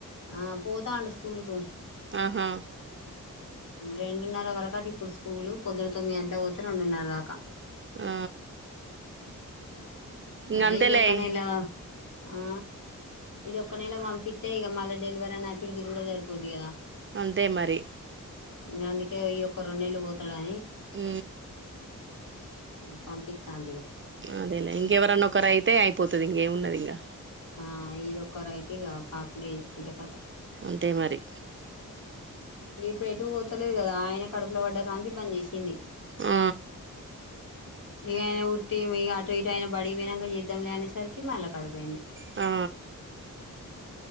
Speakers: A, on the left; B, on the right.
A: ఆ పోతాండు స్కూల్ కు
B: ఆహా
A: రెండున్నర వరకట ఇప్పుడు స్కూలు పొద్దున తొమ్మిది గంటల పోతే రొండున్నర దాకా
B: ఆ ఇంగ
A: అదే
B: అంతేలే
A: ఇదొక్కనెలా ఆ ఇది ఒక్క నెల వంపితె ఇగ మళ్ళ డిలవరన్నట్టు అటు ఇటు తిరుగుడే సరిపోది కదా
B: అంతే మరి
A: ఇంగ అందుకే ఈ ఒక్క రొంనెళ్లు పోతడు అన్
B: ఊ
A: ఉ పంపితాంది ఇగ
B: అదేలే ఇంక ఎవరన్నోకర అయితే అయిపోతది ఇంగ ఏమున్నదింగ
A: ఆ ఇదొక్కరు అయితే ఇగ కాకుండ ఎంచుకుంటే కతం
B: అంతే మరి
A: ఇప్పుడు ఎటు ఒతలేదు కదా ఆయన కడపుల వడ్డ కానించి బంజేసింది
B: ఆ
A: ఇగయినా ఉట్టి ఇ అటు ఇటు అయినా బడి వినాక చేద్దాం లే అనేసరికి మళ్ళ కడుపయింది.
B: ఆ